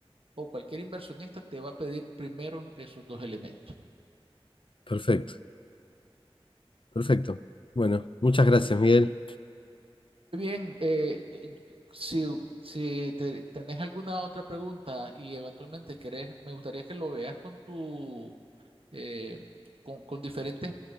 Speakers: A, on the right; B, on the left.
A: o cualquier inversionista te va a pedir primero esos dos elementos.
B: perfecto, perfecto. Bueno, muchas gracias, Miguel.
A: Bien, eh, eh, si, si te- tenés alguna otra pregunta y eventualmente querés, me gustaría que lo veas con tu, eh, con, con diferentes